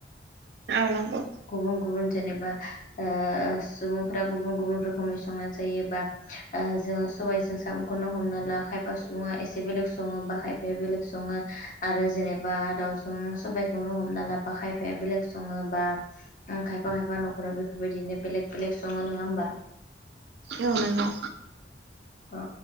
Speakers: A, on the right; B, on the left.
A: औ नांगौ।
B: गुबुन-गुबुन जेनेबा ओ सुबुंफोरा गुबुन-गुबुन रोखोमै संनाय जायोबा ओ जोङो सबायजों साम' खौनो हमना ला खायफा सुबुङा एसे बेलेग सङो बा खायफाया बेलेग सङो आरो जेनेबा दाउ सबायखौनो हमना लाबा बा खायफाया बेलेग सङोबा उम खायफा खायफा नखराव बेफोरबायदिनो बेलेग-बेलेग सङो नङा होमबा।
A: ओ नंगौ।
B: अ